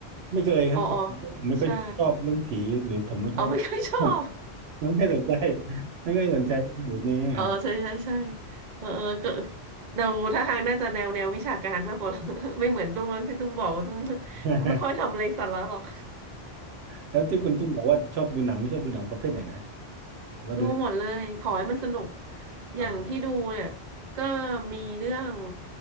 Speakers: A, on the right (about 75°); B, on the right (about 50°).
A: ไม่เคยครับผมผมไม่ค่อยชอบเรื่องผีหรือผมไม่ค่อย
B: อ๋ออ๋อใช่อ๋อไม่ค่อยชอบ
A: <laughs> ไม่ค่อยสนใจไม่ค่อยสนใจเรื่องแบบนี้อะ
B: อ๋อใช่ใช่ใช่เออเออก็เราท่าทางน่าจะแนวแนววิชาการมากกว่า <laughs> ไม่เหมือนตุ้มที่ตุ้มบอกว่าตุ้ม
A: <laughs>
B: ไม่ค่อยทำอะไรสาระหรอก
A: แล้วที่คุณตุ้มบอกว่าชอบดูหนังที่ชอบดูหนังประเภทไหนนะฮะหรือว่าดูได้
B: ดูหมดเลยขอให้มันสนุกอย่างที่ดูเนี่ยก็
A: อ่า
B: มีเรื่อง